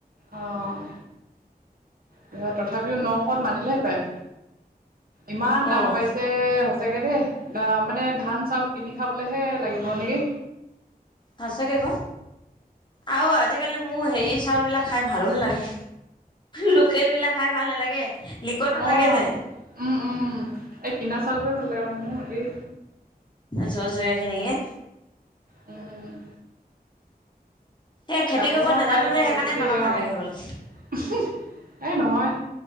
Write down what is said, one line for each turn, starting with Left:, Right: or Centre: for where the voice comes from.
Right: অ', ত-তথাপিও নশত মানিলে হেঁতেন। ইমান
Left: অ',
Right: দাম বাঢ়িছে সচাকে দেই। মানে ধান চাউল কিনি খাবলৈহে লাগিব নেকি?
Left: সঁচাকে ক? আৰু আজিকালি মোৰ হেৰি চাউল বিলাক খাই ভালো নালাগে। লোকেলবিলাক খাই ভাল নালাগে লিকত নাথাকে
Right: অ',
Left: যে
Right: উম'-উম', এই কিনা চাউল বোৰ লগে অ মোৰো একেই।
Left: জহৰ জৰীয়া খিনিকে।
Right: অ'।
Left: সেই খেতি
Right: কাক
Left: কৰিব
Right: পথাৰ
Left: নাজানো
Right: চাইডত
Left: যে সেইকাৰণে
Right: বেছি
Left: এনেকুৱা
Right: অ।
Left: ভাল লাগে হ'বলা।
Right: এ নহয়